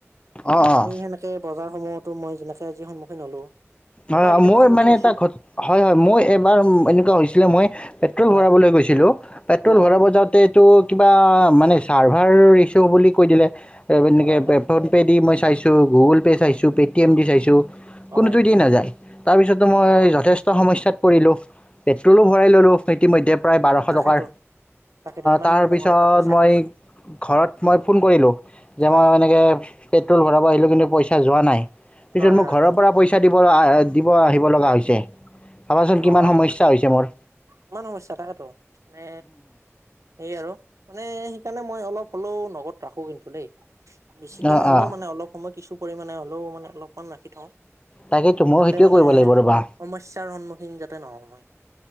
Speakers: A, on the left (about 20°); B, on the right (about 80°).
A: অঁ, অঁ।
B: এই সেনেকে বজাৰ সমূহত। ত মই যেনেকে আজ সন্মুখীন হ'লো। তোমাৰ
A: হয় হয়
B: কেতিয়াবা
A: মই
B: সন্মুখীন
A: মানে
B: হৈছিল
A: এটা ঘ হয় হয় মই এবাৰ এনেকুৱা হৈছিলে মই। পেট্ৰল
B: হয়
A: ভৰাবলৈ গৈছিলো পেট্ৰল
B: অ
A: ভৰাবজাওঁতে। <unintelligible>
B: হয় হয়
A: চাইছোঁ গুগল পে' চাইছোঁ পে'টি এম দি চাইছোঁ।
B: হয়।
A: কোনোটো নাযায় তাৰ পিছতো মই
B: অ
A: যথেষ্ট সমস্যাত পৰিলো পেট্ৰলো ভৰাই ললো ইতিমধ্য। প্ৰায় বাৰশ
B: তাকেতো
A: টকাৰ
B: তাকেতো ইমান
A: তাৰপিছত
B: ডাঙৰ এটা পইচা
A: মই। ঘৰত মই ফোন কৰিলো যে
B: হয়
A: মই এনেকে পেট্ৰল ভৰাব আহিলো কিন্তু। পইচা যোৱা নাই পিছত
B: হয়
A: মোক
B: হয়
A: ঘৰৰ
B: হয়
A: পৰা পইচা দিব দিব আহিব লগা হৈছে। ভাবাচোন কিমান
B: অ
A: সমস্যা হৈছে মোৰ।
B: ইমান সমস্যা থাকেতো মানে? সেই আৰু মানে সেইকাৰণে মই অলপ হ'লেও নগদ ৰাখো কিন্তু দেই। বেছিকে
A: অঁ
B: নহলেও
A: অঁ
B: মানে অলপ সময় কিছু পৰিমাণে হলেও মানে অলপমান ৰাখি থওঁ।
A: তাকেতো ময়ো
B: তাতে
A: সেইটোৱে
B: মানে
A: কৰিব লাগিব ৰ'বা
B: সমস্যাৰ সন্মুখীন যাতে নহয়।